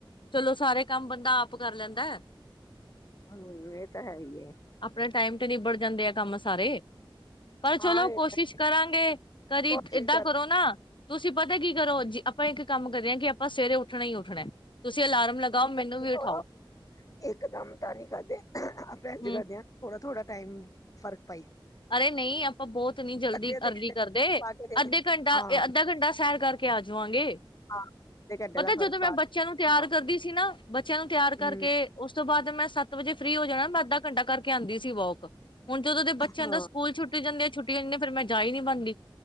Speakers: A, on the left (about 65°); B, on the left (about 40°).
A: ਚਲੋ ਸਾਰੇ ਕੰਮ ਬੰਦਾ ਆਪ ਕਰ ਲੈਂਦਾ।
B: ਹਮ ਇਹ ਤਾਂ ਹੈ ਹੀ ਏ।
A: ਆਪਣੇ ਟਾਈਮ ਤੇ ਨਿਬੜ ਜਾਂਦੇ ਆ ਕੰਮ ਸਾਰੇ। ਪਰ
B: ਹਾਂ
A: ਚਲੋ
B: ਇਹ
A: ਕੋਸ਼ਿਸ਼
B: ਤਾਂ
A: ਕਰਾਂਗੇ ਕਰੀ
B: ਕੋਸ਼ਿਸ਼
A: ਏਦਾਂ
B: ਕਰ
A: ਕਰੋ ਨਾ, ਤੁਸੀਂ ਪਤਾ ਕੀ ਕਰੋ ਜੀ ਆਪਾਂ ਇੱਕ ਕੰਮ ਕਰੇ ਹਾਂ ਕਿ ਆਪਾਂ ਸਵੇਰੇ ਉੱਠਣਾ ਹੀ ਉੱਠਣਾ ਤੁਸੀਂ ਅਲਾਰਮ ਲਗਾਓ ਮੈਨੂੰ
B: ਕਰ
A: ਵੀ
B: ਥੋੜਾ
A: ਉਠਾਓ
B: ਇਕ ਦਮ ਤਾਂ ਨਹੀਂ ਖਾਦੇ ਇੰਜ
A: ਹਮ
B: ਕਰਦੇ ਆ ਥੋੜ ਥੋੜਾ ਟਾਈਮ ਫਰਕ
A: ਅਰੇ ਨਹੀਂ ਆਪਾਂ ਬਹੁਤਨੀ ਜਲਦੀ
B: ਅੱਧੇ ਅੱਧੇ
A: ਅਰਲੀ
B: ਘੰਟੇ
A: ਕਰਦੇ
B: ਪਾ ਕੇ ਦੇਖ
A: ਅੱਧੇ ਘੰਟਾ
B: ਹਾਂ
A: ਅੱਧਾ ਘੰਟਾ ਸੈਰ ਕਰਕੇ ਆ ਜਾਵਾਂਗੇ
B: ਹਾਂ ਅੱਧੇ ਘੰਟੇ
A: ਪਤਾ
B: ਦਾ ਫ਼ਰਕ
A: ਜਦੋਂ ਮੈਂ
B: ਪਾ
A: ਬੱਚਿਆਂ
B: ਕੇ
A: ਨੂੰ ਤਿਆਰ
B: ਹਾਂ
A: ਕਰਦੀ ਸੀ ਨਾ ਬੱਚਿਆਂ ਨੂੰ ਤਿਆਰ ਕਰਕੇ
B: ਹੂੰ
A: ਉਸ ਤੋਂ ਬਾਅਦ ਮੈਂ ਸਤ ਇੱਕ ਵਜੇ ਫਰੀ ਹੋ ਜਾਣਾ ਮੈ ਅੱਧਾ ਘਟਾ ਕਰਕੇ ਆਂਦੀ ਸੀ ਵੋਕ ਹੁਣ ਜਦੋਂ ਦੇ ਬੱਚੇ
B: ਹਾਂ
A: ਜਾਂਦਾ ਸਕੂਲ ਛੁੱਟੀ ਜਾਂਦੀ ਛੁੱਟੀ ਜਾਂਦੀ ਫੇਰ ਮੈਂ ਟਾਇ ਨਹੀਂ ਬਣਦੀ